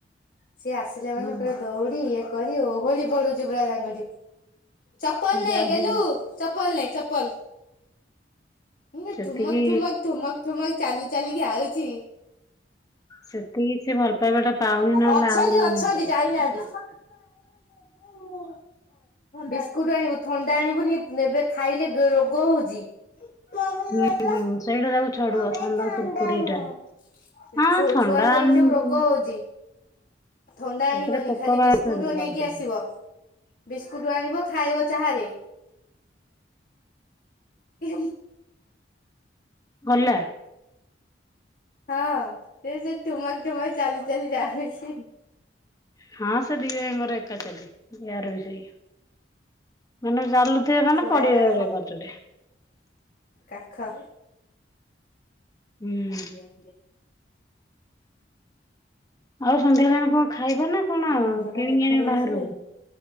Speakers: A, on the left; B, on the left.
A: ସିଏ ଆସିଲେ ମାନେ
B: ହଁ
A: ପୁରା ଦୌଡି ଇଏ କରି ଓହଳି ପଡୁଚି ପୁରା ତାଙ୍କଠି। ଚପଲ ନେ
B: ଯାହା
A: ଗେଲୁ
B: ହଉ
A: ଚପଲ ନେ ଚପଲ। ନେ
B: ସେତିକି
A: ଠୁମକ୍ ଠୁମକ୍ ଠୁମକ୍ ଠୁମକ୍ ଚାଲି ଚାଲିକି ଆଉଛି।
B: ସେତିକି ସେ ଭଲ ପାଇବାଟା ପାଉନି ନହେଲେ
A: ଅଛନ୍ତି
B: ଆହୁରି
A: ଅଛନ୍ତି
B: ହୁଅନ୍ତା।
A: ଯାଇନାହାନ୍ତି। ହଁ ବିସ୍ କୋଉଠୁ ଆଣିବୁ ଥଣ୍ଡା ଆଣିବୁନି ଏବେ ଖାଇଲେ ଗ-ରୋଗ ହଉଚି। ମ କହିଲ
B: ହୁଁ
A: ମୋ
B: ହୁଁ ସେଇଟା ତାକୁ ଛାଡୁଅ
A: ପାଇଁ
B: ଥଣ୍ଡା କୁୁରକୁରି
A: ଣ୍ଡା ଆଣ
B: ଟା
A: ମୁଁ <inaudible> ସେ
B: ହଁ
A: ଛୁ
B: ଥଣ୍ଡା
A: ଛୁଆଙ୍କୁ ଏବେ
B: ଆଣିବୁ।
A: ସବୁ ରୋଗ ହଉଚି। ଥଣ୍ଡା
B: ସେଥିରେ
A: ଆଣିବନି
B: ପୋକ
A: ଖାଲି
B: ବାହାରୁଛନ୍ତି
A: ବିସ୍କୁଟ୍
B: କହିଦିଅ
A: ନେଇକି ଆସିବ। ବିସ୍କୁଟ ଆଣିବ ଖାଇବ ଚାହାରେ। ଏ
B: ହଁ ନା।
A: ହଁ ସେ ଯେ ଠୁମକ୍ ଠୁମକ୍ ଚାଲି ଚାଲି ଯାଉଛି।
B: ହଁ ସେ ଦି ଭାଇଙ୍କର ଏକା ଚାଲି। ୟାର ବି ସେଇ। ମାନେ ଚାଲୁଥିବେ ମାନେ
A: ଛୁଆ
B: ପଡିିବେ
A: ଟା ପ
B: କଚାଡି।
A: କାଖ
B: ହୁଁ।
A: ଦେଖେ
B: ଆଉ ସନ୍ଧ୍ୟାବେେଳେ କଣ ଖାଇବ ନା କଣ
A: ମୁହଁ
B: କିଣିକି
A: ଟା ଦେଖା
B: ଆଣିବ
A: ଯାଉଛି
B: ବାହାରୁ?